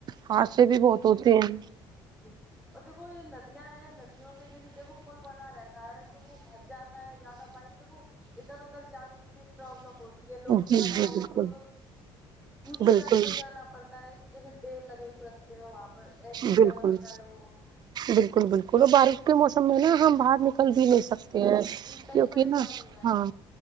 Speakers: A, on the right (about 45°); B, in the centre.
A: خاصی بھی بہت ہوتے ہیں
B: جی اور دیکھو یہ ندیاں ہیں ندیوں کے جیسے دیکھو پل بنا رہتا ہے تو وہ بھر جاتا ہے زیادہ پیر دیکو ادھر ادھر جانے میں بھی پرابلم ہوتی ہے لوگ
A: جی
B: جانا
A: جی
B: ہو
A: بالکل
B: تو تو دوسرے
A: بالکل
B: راستے جانا پڑ ٹائر کی جگا دیڑ لگے سو رستے میں وہاں پر ایسے بھی
A: بالکل
B: جانا پڑتا ہے لوگوں کو
A: بالکل بالکل اور بارش کے موسم میں نہ ہم باہر نکل بھی نہیں سکتے تے ہیں
B: جی کئی
A: کیونکہ
B: پریشانیاں
A: نہ ہاں
B: ہیں